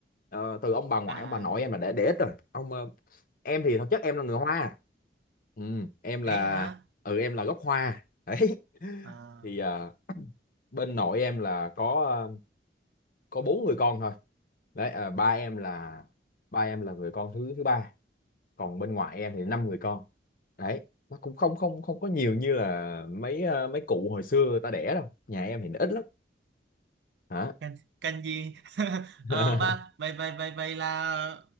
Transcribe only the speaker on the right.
À,
ấy hả?
À,
cần, cần gì? <laughs>
ờ, ba, vậy, vậy, vậy, vậy là